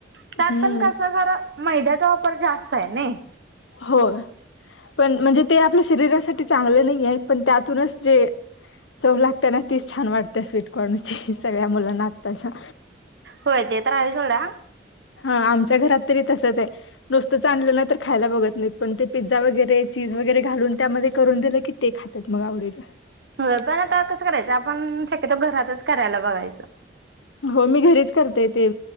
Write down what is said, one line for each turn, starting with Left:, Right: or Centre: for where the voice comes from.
Right: त्यात
Left: हम्म
Right: पण कस खर मैद्याचा वापर जास्त आहे नई.
Left: हो पण म्हणजे ते आपल्या शरीरासाठी चांगलं नाही आहे पण त्यातूनच जे चव लागते ना तीच छान वाटते स्वीटकॉर्न ची सगळ्या मुलांना आताच्या
Right: होय ते तर आहे सोडा.
Left: हा आमच्या घरात तरी तसच आहे नुसतं च आणलं ना तर खायला बघत नाहीत पण ते पिझ्झा वगैरे चीज वगैरे घालून त्यामध्ये करून दिलं की ते खातात मग आवडीला
Right: हो पण आता कसं करायचं आपण शक्यतो घरातच करायला बघायचं.
Left: हो मी घरीच ते